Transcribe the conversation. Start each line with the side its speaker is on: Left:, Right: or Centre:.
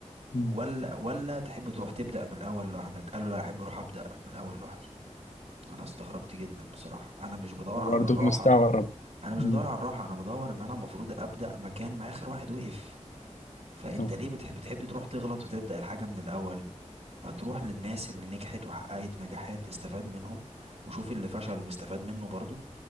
Left: مم.
Right: ولا ولا تحب تروح تبدأ من الاول لوحدك قال له لا احب اروح ابدأ من الاول لوحدي انا استغربت جدا بصراحه انا مش بدور
Left: أنا
Right: على
Left: برضه
Right: الراحه
Left: مستغرب
Right: انا مش
Left: مم.
Right: بدور على الراحه انا بدور ان انا المفروض ابدا مكان ما اخر واحد وقف فانت
Left: آه.
Right: ليه بتحب بتحب تروح تغلط وتبدا الحاجه من الاول ما تروح للناس اللي نجحت وحققت نجاحات استفاد منهم وشوف اللي فشل واستفاد منه برضه